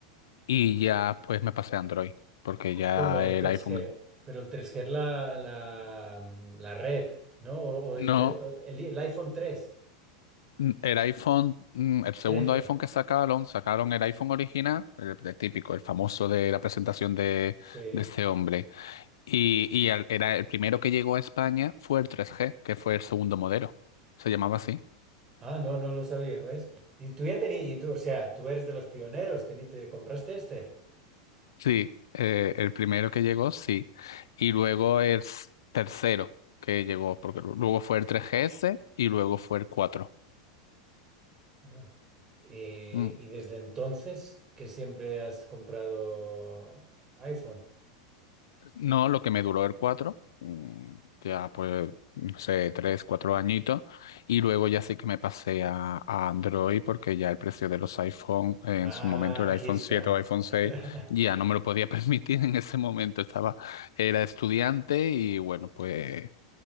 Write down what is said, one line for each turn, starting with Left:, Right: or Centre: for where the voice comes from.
Left: y ya pues me pasé a Android, porque ya
Right: Como el
Left: el
Right: tres
Left: iPhone...
Right: g pero el tres g es la, la, la red, ¿no? O, o
Left: No,
Right: iter- o el, el iPhone tres
Left: Mm, El iPhone, mm, el segundo
Right: trece
Left: iPhone que sacaron, sacaron el iPhone original, el, el típico, el famoso de la presentación de,
Right: sí.
Left: de este hombre. Y, y al- era el primero que llegó a España fue el 3G, que fue el segundo modelo. Se llamaba así.
Right: Ah, no, no lo sabía, ¿ves? Y tú ya tenías, y tú, o sea, tú eres de los pioneros, tení- te compraste este.
Left: Sí, eh, el primero que llegó, sí. Y luego el s- tercero que llegó, porque lu- luego fue el 3GS y luego fue el cuatro
Right: Ah. Eh,
Left: Mm.
Right: y desde entonces que siempre has comprado iPhone.
Left: No, lo que me duró el cuatro mm, ya pues, no sé, 3 4 añitos, y luego ya sí que me pasé a, a Android porque ya el precio de los iPhone, eh,
Right: Ah,
Left: en su momento el
Right: aquí
Left: iPhone
Right: está.
Left: siete o iPhone
Right: <laughs>
Left: seis ya no me lo podía <laughs> permitir en ese momento, estaba, era estudiante y bueno, pues